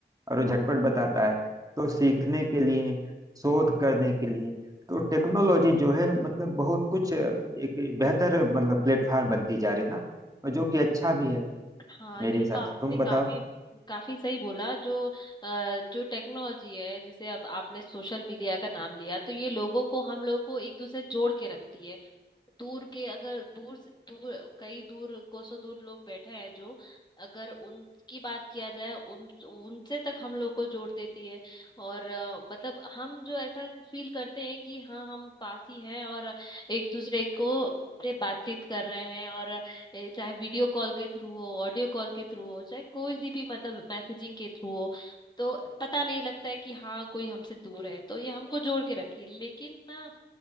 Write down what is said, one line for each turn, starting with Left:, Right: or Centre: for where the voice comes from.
Right: और वो झटपट बताता है तो सीखने के लिए शोध करने के लिए तो टेक्नोलॉजी जो है मतलब बहुत कुछ अ, एक बेहतर मतलब प्लेटफॉर्म बनती जा रही है ना और जो कि अच्छा भी है
Left: हाँ
Right: मेरे
Left: ये
Right: हिसाब
Left: तो आपने
Right: से तुम बताओ
Left: काफी काफी सही बोला जो अ, जो टेक्नोलॉजी है जैसे अब आपने सोशल मीडिया का नाम लिया तो ये लोगों को हम लोगों को एक दूसरे से जोड़ के रखती है दूर के अगर दूर से दूर कई दूर कोसों दूर लोग बैठे हैं जो अगर उनकी बात किया जाए उन उनसे तक हम लोग को जोड़ देती है और अ, मतलब हम जो ऐसा फील करते हैं कि हाँ हम पास ही हैं और एक दूसरे को से बातचीत कर रहे हैं और ए, चाहे वीडियो कॉल के थ्रू हो ऑडियो कॉल के थ्रू हो चाहे कोई सी भी मतलब मैसेजिंग के थ्रू हो तो पता नहीं लगता है कि हाँ कोई हमसे दूर है तो ये हमको जोड़ के रखिए लेकिन ना